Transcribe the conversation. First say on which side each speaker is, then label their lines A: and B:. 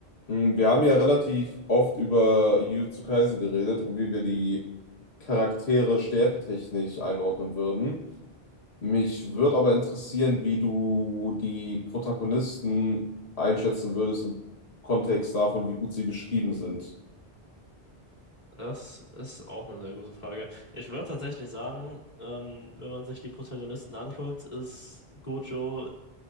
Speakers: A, on the left; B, on the left.
A: Mm, Wir haben ja relativ oft über Jujutsu Kaisen geredet und wie wir die Charaktere stärketechnisch einordnen würden. Mich würde aber interessieren, wie du die Protagonisten einschätzen würdest im Kontext davon, wie gut sie geschrieben sind.
B: Das ist auch eine sehr gute Frage. Ich würde tatsächlich sagen, ähm, wenn man sich die Protagonisten anguckt, ist Gojo,